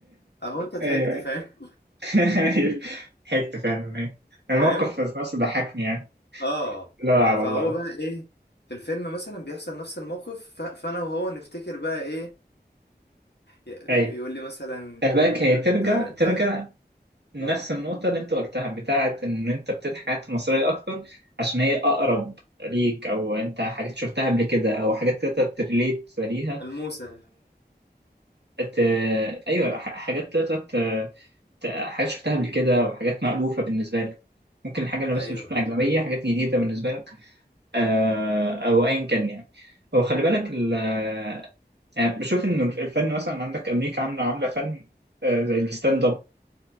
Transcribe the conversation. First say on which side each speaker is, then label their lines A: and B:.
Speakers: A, on the left; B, on the right.
A: اهو انت ضحكت
B: ايوه
A: فاهم
B: ايوه ضحكت فعلا ايوه الموقف
A: فاهم
B: في نفسه ضحكني يعني
A: اه
B: لا
A: ف- فهو
B: والله
A: بقى ايه في الفيلم مثلا بيحصل نفس الموقف ف- فانا وهو نفتكر بقى ايه ي-
B: ايوه
A: يقول لي مثلا
B: فباك
A: انت
B: هي ترجع
A: انت انت
B: ترجع لنفس
A: اه
B: النقطة اللي انت قلتها بتاعة ان انت بتضحك حاجات مصرية اكتر عشان هي اقرب ليك او انت حاجات شفتها قبل كده او حاجات تقدر تريليت ليها
A: ملموسة
B: ت... ايوه ح- حاجات تقدر ت... ت- حاجات شفتها قبل كده وحاجات مألوفة بالنسبة لك ممكن الحاجة اللي
A: ايوه
B: مثلا شفنا
A: ايوه
B: أجنبية حاجات جديدة بالنسبة لك آه، او ايا كان يعني هو خلي بالك ال- آه، يعني بشوف ان الفن مثلا عندك امريكا عامله عامله فن آه، زي الستاند اب